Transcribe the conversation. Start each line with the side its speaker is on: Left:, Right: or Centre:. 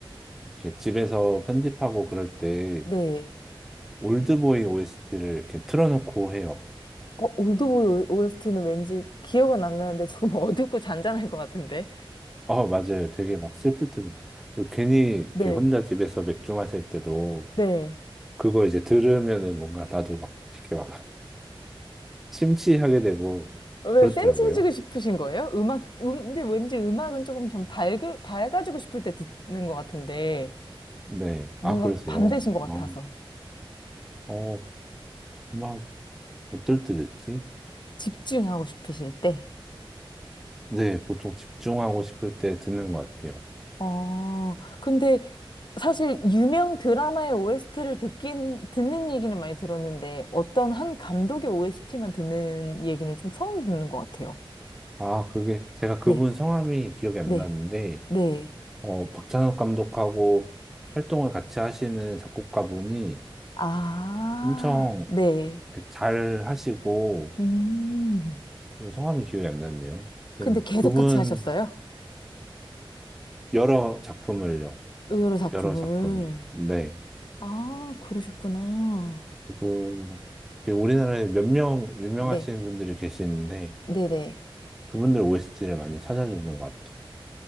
Centre: 이렇게 집에서 편집하고 그럴 때
Left: 네.
Centre: 올드보이 OST를 이렇게 틀어놓고 해요.
Left: 어, 올드보이 OST는 왠지 기억은 안 나는데 조금 <laughs> 어둡고 잔잔할 것 같은데.
Centre: 아, 맞아요. 되게 막 슬플 때도. 그리고 괜히 이렇게
Left: 네,
Centre: 혼자 집에서 맥주 마실 때도
Left: 네.
Centre: 그거 이제 들으면은 뭔가 나도 막 이렇게 막 <laughs> 심취하게 되고
Left: 왜
Centre: 그렇더라고요.
Left: 센치해지고 싶으신 거예요? 음악, 음, 근데 왠지 음악은 조금 좀 밝, 밝아지고 싶을 때 듣는 것 같은데.
Centre: 네.
Left: 뭔가
Centre: 아, 그러세요.
Left: 밤 되신 것 같아서
Centre: 어, 어, 막 어떨 때 듣지?
Left: 집중하고 싶으실 때.
Centre: 네, 보통 집중하고 싶을 때 듣는 것 같아요.
Left: 어, 근데 사실 유명 드라마의 OST를 듣긴, 듣는 얘기는 많이 들었는데 어떤 한 감독의 OST만 듣는 얘기는 좀 처음 듣는 것 같아요.
Centre: 아, 그게, 제가 그분
Left: 네,
Centre: 성함이 기억이 안
Left: 네,
Centre: 나는데,
Left: 네.
Centre: 어, 박찬욱 감독하고 활동을 같이 하시는 작곡가분이
Left: 아,
Centre: 엄청
Left: 네.
Centre: 이렇게 잘 하시고,
Left: 음.
Centre: 성함이 기억이 안 났네요.
Left: 근데
Centre: 아무튼
Left: 계속
Centre: 그분
Left: 같이 하셨어요?
Centre: 여러 작품을요.
Left: 의러로 작품을.
Centre: 여러 작품을. 네.
Left: 아, 그러셨구나.
Centre: 그분이랑. 이게 우리나라에 몇 명 유명하신
Left: 네,
Centre: 분들이 계시는데,
Left: 네네.
Centre: 그분들 OST를 많이 찾아주는 것 같아요.